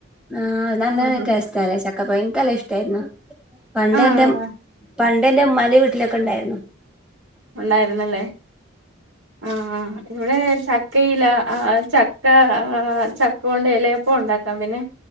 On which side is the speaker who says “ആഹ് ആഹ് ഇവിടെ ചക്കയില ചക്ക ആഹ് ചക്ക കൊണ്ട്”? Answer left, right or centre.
Right